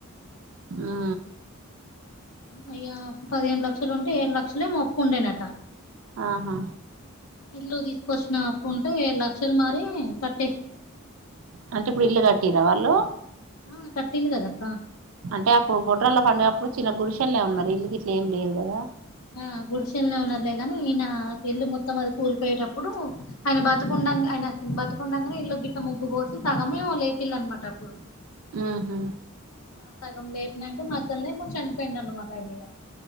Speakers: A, on the right (about 70°); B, on the left (about 85°).
A: ఉ
B: అయ పదిహేను లక్షలు ఉంటే ఏడు లక్షలేమో అప్పు ఉండేనట
A: ఆహా
B: ఇల్లు తీసుకొచ్చిన అప్పు ఉంటే లక్షలు మారి క
A: అంటే ఇప్పుడు ఇల్లు కట్టిరా వాళ్ళు
B: ఆ కట్టిలు కదక్క
A: అంటే అప్పుడు బొడ్రలో పండుగ అప్పుడు చిన్న గుడిషెల్నే ఉన్నారు ఇల్లుకి ఇట్ల ఏం లేదు కదా
B: ఆ గుడిసెలునే ఉన్నారులేగాని ఈయన పెళ్ళి మొత్తం అది కూలిపోయేటప్పుడు ఆయన బ్రతుకుని ఆయన బతుకుండాంగానే ఇల్లు గిట్ట ముగ్గు పోసి సగమే లేపిల్ అనమాట అప్పుడు
A: ఆహ
B: ఆ సగం లేపినాక మధ్యలోనేమో చనిపోయిడు అనమాట ఆయన ఇక